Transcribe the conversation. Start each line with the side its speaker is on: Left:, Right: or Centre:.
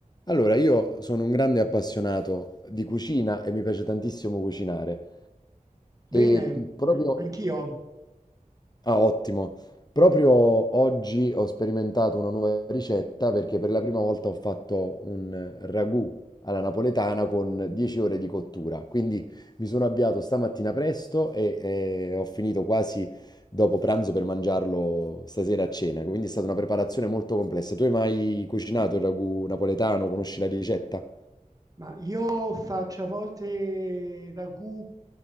Left: Allora, io sono un grande appassionato di cucina e mi piace tantissimo cucinare.
Right: Bene,
Left: E proprio...
Right: a- anch'io,
Left: Ah, ottimo. Proprio oggi ho sperimentato una nuova ricetta perché per la prima volta ho fatto un ragù alla napoletana con 10 ore di cottura. Quindi mi sono avviato stamattina presto e, e ho finito quasi dopo pranzo per mangiarlo stasera a cena. Quindi è stata una preparazione molto complessa. Tu hai mai cucinato il ragù napoletano? Conosci la ricetta?
Right: ma io faccio a volte ragù